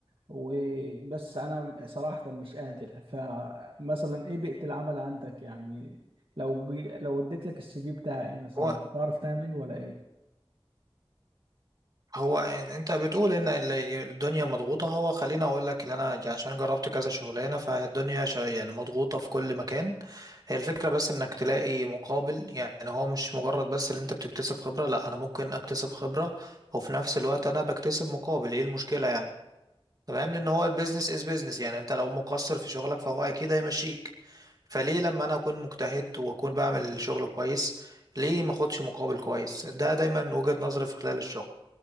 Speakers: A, on the right; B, on the right.
A: وبس انا صراحة مش قادر فمثلا ايه بيئة العمل عندك يعني لو جي- لو اديت لك السي في بتاعي مثلا
B: هو
A: تعرف تعمل ولا ايه
B: هو ان- انت بتقول ان ال- الدنيا مضغوطة هو خليني اقول لك ان انا عشان جربت كذا شغلانة فالدنيا شا- يعني مضغوطة في كل مكان هي الفكرة بس انك تلاقي مقابل يعني هو مش مجرد بس ان انت بتكتسب خبرة لا انا ممكن اكتسب خبرة وفي نفس الوقت انا بكتسب مقابل ايه المشكلة يعني تمام لان هو البيزنس از بيزنس يعني انت لو مقصر في شغلك فهو اكيد هيمشيك فليه لما انا اكون مجتهد واكون بعمل شغل كويس ليه ما اخدش مقابل كويس ده دايما وجهة نظري في خلال الشغل